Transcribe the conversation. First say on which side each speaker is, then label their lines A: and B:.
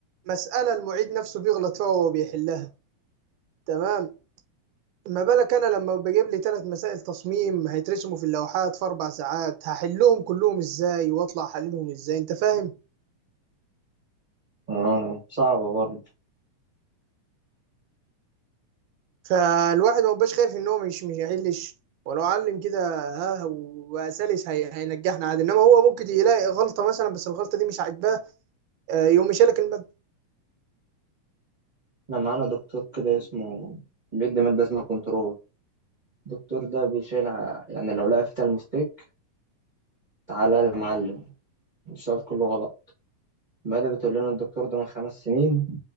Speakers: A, on the right; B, on the right.
A: مسألة المعيد نفسه بيغلط فيها وهو بيحلها تمام ما بالك انا لما بجيب لي ثلاث مسائل تصميم هيترسموا في اللوحات في اربع ساعات هحلهم كلهم ازاي واطلع احللهم ازاي انت فاهم
B: اه صعبة برضه
A: فالواحد ما بقاش خايف ان هو مش مش هيحلش ولو علم كده ها وسلس هي هينجحنا عادي انما هو ممكن يلاقي غلطه مثلا بس الغلطه دي مش عاجباه آه، يقوم شايلك الماده
B: احنا معانا دكتور كده اسمه بيدي مادة اسمها كنترول الدكتور ده بيشيل ع- يعني لو لقى فيها المستيك تعالى يا معلم السؤال كله غلط المادة بتقول لنا الدكتور ده من خمس سنين